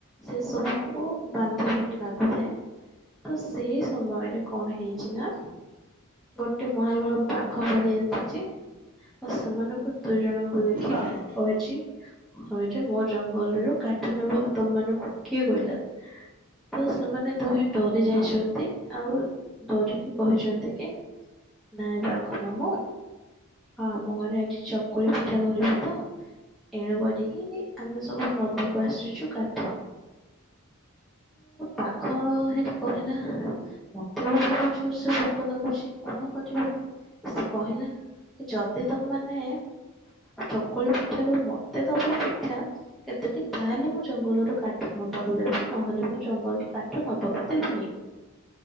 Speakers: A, in the centre; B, on the right.
A: ସେ ସବୁକୁୁ ବାନ୍ଧିବାରେ ଲାଗୁଥାଏ ତ ସେଇ ସମୟରେ କଣ ହେଇଛି ନା ଗୋଟେ ମହାବଳ ବାଘ ପଳି ଆସିଛି ଆଉ ସେମାନଙ୍କୁ। ଦୁଇ ଜଣଙ୍କୁ ଦେଖି
B: ହଁ ହଁ ହଁ ହଁ ହଁ
A: କହିଛି ହଇ ରେ ମୋ ଜଙ୍ଗଲ ରୁ କାଠ ନବା କୁ ତମ ମାନଙ୍କୁ କିଏ କହିଲା? ତ ସେମାନେ ଦୁହେଁ ଡରି ଯାଇଛନ୍ତି।
B: ହଁ
A: ଆଉ ଡରିକି କହିଛନ୍ତି କି ନାଇଁ ବାଘ ମାମୁଁ ହ ଆମ ଘରେ ଆଜି ଚକୁଳି ପିଠା କରିବୁ ତ ଏଣୁ କରିକି ଆମେ ସବୁ ନବାକୁ ଆସିଛୁ କାଠ। ପାଘ ହେଇ କହିଲା ମତେ ବି ବହୁତ ଜୋର ସେ ଭୋକ ଲାଗୁଛି କଣ କରିବି? କହିଲା ଯଦି ତ ମାନେ ଚକୁଳି ପିଠା ରୁ ମତେ ଦବ ପିଠା କେତୋଟି ତାହେଲେ ମୁ ଜଙ୍ଗଲରୁ କାଠ ନବାକୁ ଦେବି। ନହେଲେ ମୁଁ ଜଙ୍ଗଲରୁ କାଠ ନବାକୁ ଦେବିନି?